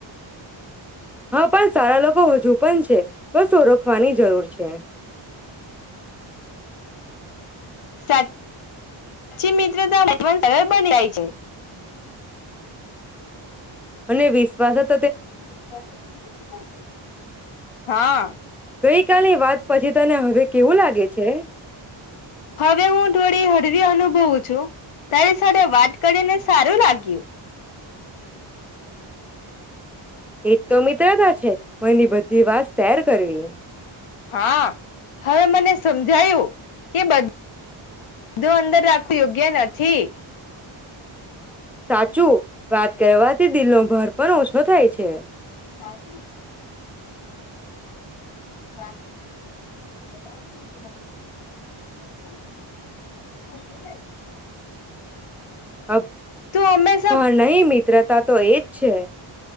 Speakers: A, in the centre; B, on the left.
A: હા પણ, સારા લોકો હજુ પણ છે બસ ઓળખવાની જરૂર છે. <inaudible>
B: સા ચી મિત્રતા <unintelligible> જાય છે.
A: અને વિશ્વાસ ચ
B: <inaudible> હા <inaudible>
A: ગઈ કાલની વાત પછી તને હવે કેવું લાગે છે
B: હવે હું થોડી હળવી અનુભવું છું. તારી સાથે વાત કડી ને સારું લાગ્યું.
A: એજ તો મિત્રતા છે, મની બધી વાત શેર કરવી.
B: હા હવે મને સમજાયું. કે બધ ધું અંદર રાખવી યોગ્ય નથી.
A: સાચું, વાત કરવા થી દિલનો ભાર પણ ઓછો થાય છે.
B: <inaudible> <inaudible>
A: અ
B: તું હંમેશા
A: ભાર નહી મિત્રતા તો એજ છે.